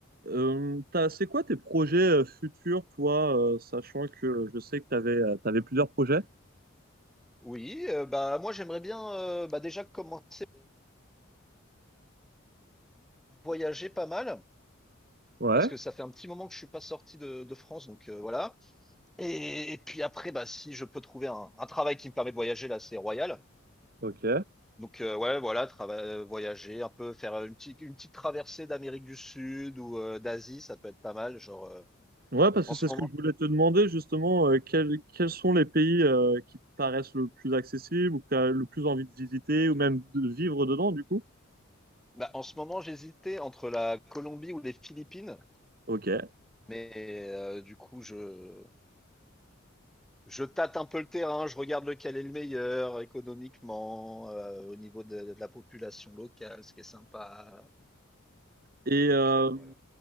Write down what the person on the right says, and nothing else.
Euh, t'as- c'est quoi tes projets euh, futurs, toi, euh, sachant que je sais que t'avais, euh, t'avais plusieurs projets?
Ouais,
ok.
Ouais, parce
que c'est
ce que je voulais te demander, justement, euh, quels, quels sont les pays euh, qui te paraissent le plus accessibles ou que t'as le plus envie de visiter ou même de vivre dedans, du coup?
Ok.
Et,
euh,